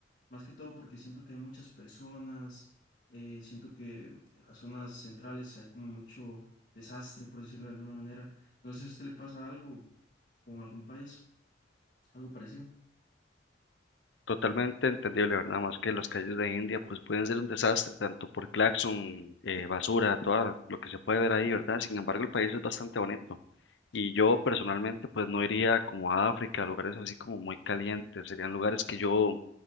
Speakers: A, on the left; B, on the left.
A: Más que todo porque siento que hay muchas personas, eh, siento que en las zonas centrales hay como mucho desastre, por decirlo de alguna manera. No sé si a usted le pasa algo con algún país, algo parecido.
B: Totalmente entendible, ¿verdad? Más que las calles de India pues pueden ser un desastre, tanto por claxon, eh, basura, todo lo que se puede ver ahí, ¿verdad? Sin embargo, el país es bastante bonito. Y yo personalmente pues no iría como a África, a lugares así como muy calientes, serían lugares que yo